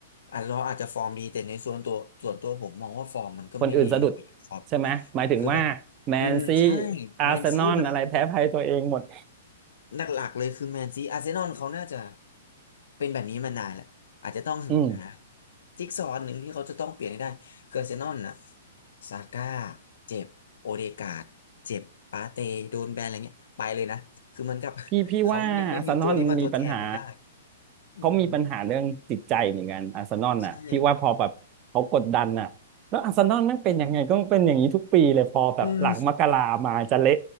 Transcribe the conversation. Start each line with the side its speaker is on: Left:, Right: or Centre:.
Left: อ่ะเราอาจจะฟอร์มดีแต่ในส่วนตัวส่วนตัวผมมองว่าฟอร์มมันก็ไม่ดี
Right: คนอื่นสะดุด
Left: ครับ
Right: ใช่ไหมหมายถึงว่าแมนซี
Left: คือแบบอืมใช่
Right: อาร์เซนอลอะไรแพ้ภัยตัวเองหมด
Left: แมนซีมัน หลักๆเลยคือแมนซีอาร์เซนอลเขาน่าจะเป็นแบบนี้มานานแหละอาจจะต้องหา
Right: อืม
Left: จิ๊กซอว์หนึ่งที่เขาจะต้องเปลี่ยนให้ได้คืออาร์เซนอลน่ะซาก้าเจ็บโอเดการ์ดเจ็บปาเตโดนแบนอะไรเงี้ยไปเลยนะคือเหมันกับ <laughs>
Right: พี่พี่ว่าอาร์เซนอลมีปัญหา
Left: เขายังไม่มีตัวที่มาทดแทนมันได้อืม
Right: เขามีปัญหาเรื่องจิตใจเหมือนกันอาร์เซนอลน่ะพี่ว่าพอแบบเขากดดันน่ะแล้วอาร์เซนอลมันเป็นยังไงก็เป็นอย่างนี้ทุกปีเลยพอแบบหลังมกรามาจะเละ
Left: ใช่อืม